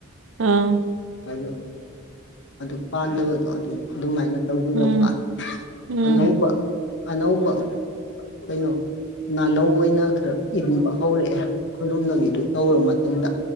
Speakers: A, on the right (about 65°); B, on the left (about 60°).
A: ꯑꯥ
B: ꯑꯗꯨ ꯑꯗꯨ ꯄꯥꯟꯗꯕꯗꯣ ꯑꯗꯨ ꯑꯗꯨꯃꯥꯏꯅ ꯇꯧꯁꯤꯜꯂꯛꯄ
A: ꯎꯝ ꯎꯝ
B: ꯑꯅꯧꯕ ꯑꯅꯧꯕ ꯀꯩꯅꯣ ꯅꯥꯅꯧ ꯑꯣꯏꯅ ꯈꯔ ꯏꯟꯕ ꯍꯧꯔꯛꯑꯦ ꯈꯨꯔꯨꯝꯅꯕꯤꯗꯨ ꯇꯧꯔ ꯃꯇꯨꯡꯗ